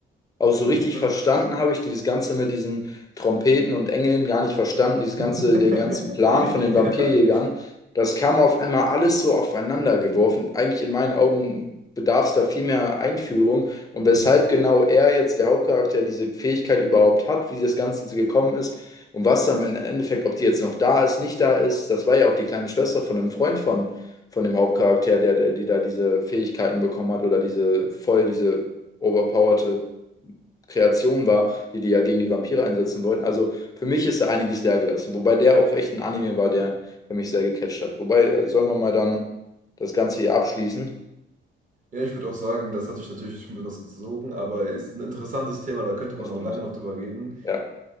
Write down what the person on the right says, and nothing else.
an
sich war
das.
<laughs>
Ja.
Mhm.
Ja, ich würde auch sagen, das hat sich natürlich schon etwas gezogen, aber ist ein interessantes Thema, da könnte
man
auch lange noch drüber reden.